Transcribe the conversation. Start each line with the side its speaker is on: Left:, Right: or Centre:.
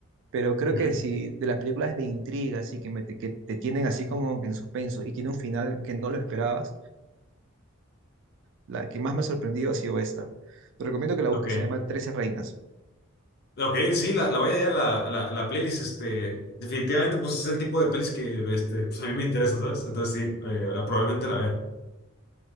Right: pero creo
Left: ujú,
Right: que si de las películas de intriga, así que, me- que te tienen así como que en suspenso y tiene un final que no lo esperabas, la que más me ha sorprendido ha sido esta. Te recomiendo que la
Left: Ok.
Right: busques, se llama Trece Reinas.
Left: Ok, sí, la, la voy a hallar la, la, la playlist, este, definitivamente, pues es el tipo de pelis que, este, pues a mí me interesan, ¿sabes? Entonces sí, eh, probablemente la vea.